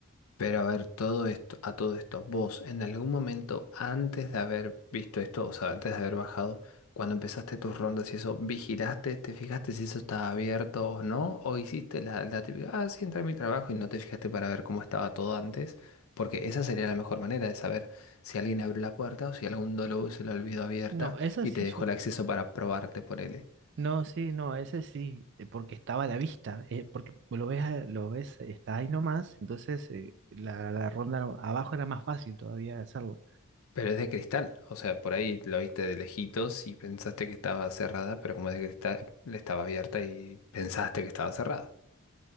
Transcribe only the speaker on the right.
No, esa
sí
yo,
no, sí, no, ese sí, eh, porque estaba a la vista, eh, porque lo ves, a- lo ves, eh, está ahí nomás, entonces eh, la, la ronda era- abajo era más fácil todavía de hacerla.